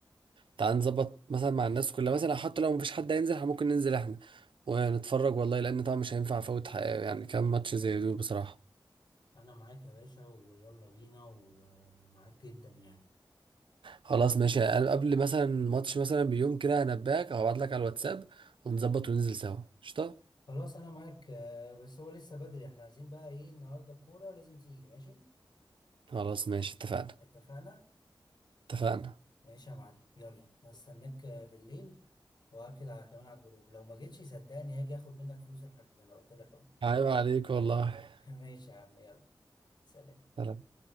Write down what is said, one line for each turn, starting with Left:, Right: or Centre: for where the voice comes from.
Right: تعالى نظبط مثلا مع الناس كلها مثلا حتى لو مفيش حد هينزل إحنا ممكن ننزل إحنا ونتفرج والله لأن طبعا مش هينفع أفوت حقيقة يعني كام ماتش زي دول بصراحة
Left: انا معاك يا باشا ويلا بينا ومعاك جدا يعني
Right: خلاص ماشي أنا قبل مثلا ماتش مثلا بيوم كده هنباك أو هبعتلك على الواتساب ونظبط وننزل سوا قشطة
Left: خلاص انا معاك آه، بس هو لسه بدري احنا عايزين بقى ايه النهاردة الكورة لازم تيجي ماشي
Right: خلاص ماشي اتفقنا
Left: اتفقنا
Right: اتفقنا
Left: ماشي يا معلم يلا هستناك بالليل واكد على كمان على الجروب لو ما جيتش صدقني هاجي اخد منك فلوس الحاج زي ما قلت لك اهو
Right: عيب عليك والله
Left: <laughs> ماشي يا عم يلا سلام
Right: سلام.